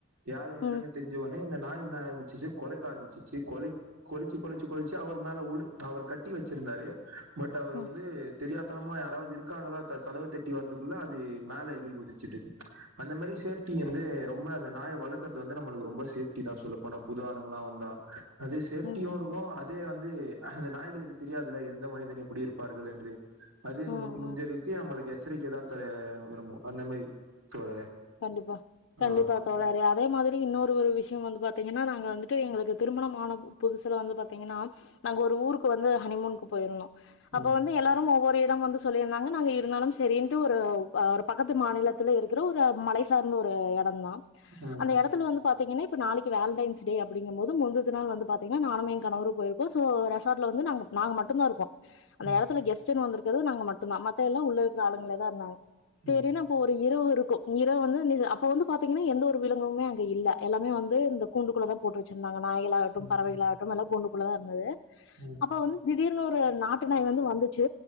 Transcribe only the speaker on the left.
ம் ம்
ம்
ம்
ம்
ம்
கண்டிப்பா கண்டிப்பா
தோழரே அதே மாதிரி இன்னொரு ஒரு விஷயொ வந்து பாத்தீங்கன்னா நாங்க வந்துட்டு எங்களுக்கு திருமணம் ஆன புதுசுல வந்து பாத்தீங்கன்னா நாங்க ஒரு ஊருக்கு வந்து ஹனிமூனுக்கு போய்ருந்தோ
அப்ப வந்து எல்லாரும் ஒவ்வொரு இடம் வந்து சொல்லியிருந்தாங்க நாங்க இருந்தாலும் செரின்ட்டு ஒரு ஒரு பக்கத்து மாநிலத்துல இருக்குற ஒ ரு மலை சார்ந்த ஒரு எடொந்தா
அந்த எடத்துல வந்து பாத்தீங்கன்னா இப்ப நாளைக்கு வேலண்டைன்ஸ் டே அப்டிங்கம் போது முந்துது நாள் வந்து பாத்தீங்கன்னா நானும் ஏ கணவரு போய்ருக்கோ சே ரெசாட்ல வந்து நாங்க நாங்க மட்டுந்தா இருக்கோ அந்த
எடத்துல கெஸ்ட்டுன் வந்துருக்குறது நாங்க மட்டுந்தா மத்த எல்லா உள்ள இருக்குற ஆளுங்களேதா இருந்தாங்க
சேரினு போ ஒரு இரவு இருக்கு இரவு வந்து <unintelligible> அப்ப வந்து பாத்தீங்கன்னா எந்த ஒரு விலங்குமே அங்க இல்ல எல்லாமே வந்து இந்த கூண்டுக்குள்ளதா போட்டு வச்சிர்ந்தாங்க நாய்கள் ஆவட்டும்
பறவைகள் ஆவட்டும் எல்லா கூண்டுக்குள்ளதா இருந்துது
அப்பொ வந்து திடீர்னு ஒரு நாட்டு நாய் வந்து வந்துச்சு